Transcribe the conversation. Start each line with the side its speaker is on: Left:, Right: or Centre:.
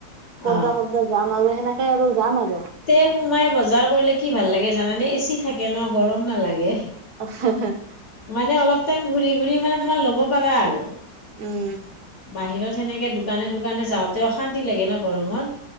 Right: ক'তবা
Left: অ
Right: ক'তবা যাম আৰু সেনেকে আৰু যাম আৰু।
Left: তে, সোমাই বজাৰ কৰিলে কি ভাল লাগে জানানে? এ, চি থাকে ন, গৰম নালাগে।
Right: <unintelligible>
Left: মানে অলপ টাইম ঘূৰি ঘূৰি মানে তোমাৰ, ল'ব পাৰা আৰু।
Right: উম,
Left: বাহিৰত সেনেকে দোকানে দোকানে যাওঁতে, অশান্তি লাগে ন, গৰমত?